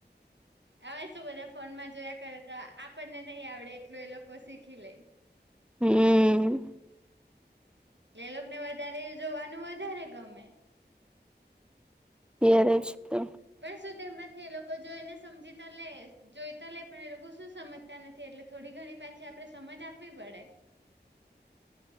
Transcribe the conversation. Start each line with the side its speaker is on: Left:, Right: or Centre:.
Right: હવે શું બધા ફોનમાં જોયા કરે તો આપણને નહીં આવડે એટલું એ લોકો શીખી લે.
Centre: હમ. હમ.
Right: એટલે એ લોકો ને વધારે જોવાનું વધારે ગમે.
Centre: ત્યારે જ તો
Right: પણ શું તેમાંથી એ લોકો જોઈને સમજીતા લે જોઈતા લે પણ એ લોકો શું સમજતા નથી એટલે થોડી ઘણી પાછી આપડે સમજ આપવી પડે.